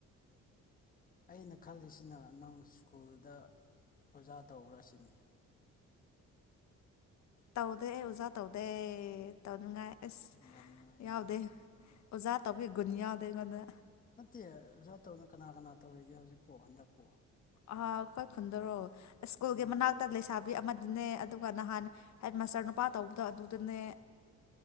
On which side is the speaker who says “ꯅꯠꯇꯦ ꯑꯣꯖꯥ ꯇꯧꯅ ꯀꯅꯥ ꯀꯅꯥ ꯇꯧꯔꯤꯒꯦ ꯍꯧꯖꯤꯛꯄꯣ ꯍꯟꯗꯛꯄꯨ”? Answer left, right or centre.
Left